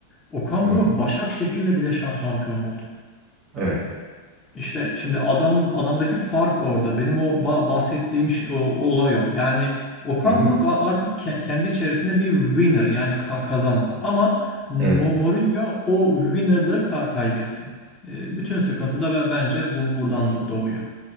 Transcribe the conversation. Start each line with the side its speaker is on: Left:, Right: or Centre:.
Left: Okan
Right: Hı.
Left: Buruk Başakşehir'le bile şa- şampiyon oldu.
Right: Evet.
Left: İşte şimdi adam adamdaki fark orada. Benim o ba- bahsettiğim şey, o, o olay o. Yani Okan
Right: Hı hı.
Left: Buruk a- artık ke- kendi içerisinde bir winner yani ka- kazanan. Ama Mo-
Right: Evet.
Left: Mourinho o winnerlığı ka- kaybetti. E, Bütün sıkıntı da be- bence bu buradan doğuyor.